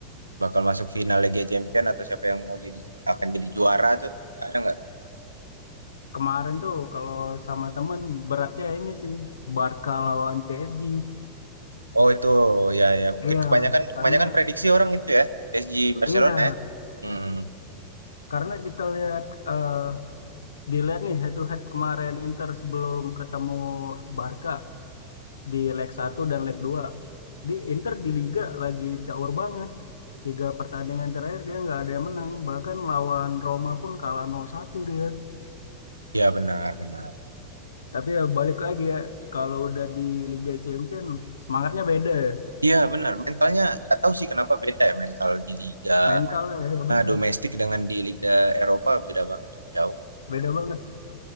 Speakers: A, on the right; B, on the left.
A: bakal masuk final Liga Champion atau siapa yang mau jadi akan jadi juara tuh? Ada nggak?
B: Kemarin tuh kalau sama temen beratnya ini sih Barca lawan PSG.
A: Oh itu ya ya mungkin
B: Iya,
A: kebanyakan
B: karena
A: kebanyakan prediksi orang itu ya PSG Barcelona
B: iya,
A: ya. Hmm,
B: karena kita lihat eh dilihat nih head to head kemarin Inter sebelum ketemu Barca di leg satu dan leg dua Di Inter di Liga lagi caur banget. Tiga pertandingan terakhir dia nggak ada yang menang, bahkan lawan Roma pun kalah 0-1 dia.
A: ya benar benar.
B: Tapi ya balik lagi ya, kalau udah di Liga Champion semangatnya beda ya.
A: Iya benar mentalnya nggak tahu sih kenapa beda ya mental di liga
B: mental ya ya benar
A: ah, domestik dengan di liga Eropa beda banget ya, jauh.
B: beda banget